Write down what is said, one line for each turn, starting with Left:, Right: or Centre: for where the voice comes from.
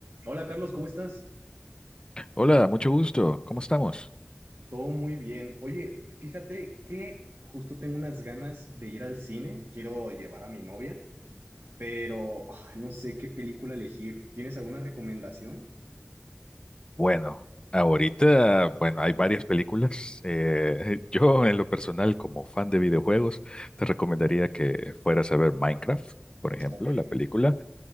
Right: Hola Carlos, ¿cómo estás?
Left: Hola, mucho gusto. ¿Cómo estamos?
Right: Todo muy bien. Oye, fíjate que justo tengo unas ganas de ir al cine. Quiero llevar a mi novia, pero ay, no sé qué película elegir. ¿Tienes alguna recomendación?
Left: Bueno, ahorita, bueno, hay varias películas. Eh, <laughs> yo, en lo personal, como fan de videojuegos, te recomendaría que fueras a ver Minecraft, por ejemplo,
Right: Ok,
Left: la película.